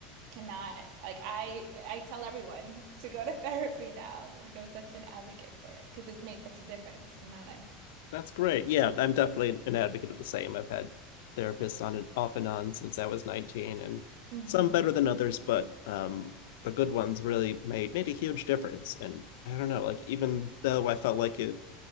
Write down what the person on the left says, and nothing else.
<laughs> that's great yeah i'm definitely an advocate of the same i've had therapists on and off and on since i was 19 and
some better than others but um the good ones really made made a huge difference and i don't know like even though i felt like it